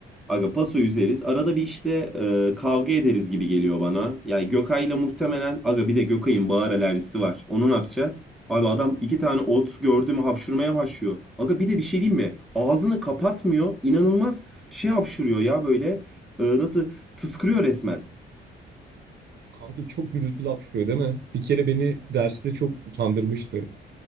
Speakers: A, in the centre; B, on the right.
A: Aga paso yüzeriz. Arada bir işte e, kavga ederiz gibi geliyor bana. Yani Gökay'la muhtemelen aga bir de Gökay'ın bağır alerjisi var. Onu ne yapacağız? Abi adam iki tane ot gördü mü hapşurmaya başlıyor. Aga bir de bir şey diyeyim mi? Ağzını kapatmıyor. İnanılmaz şey hapşuruyor ya böyle. E, nasıl tıskırıyor resmen.
B: Kanka çok gürültülü hapşırıyor değil mi? Bir kere beni derste çok utandırmıştı.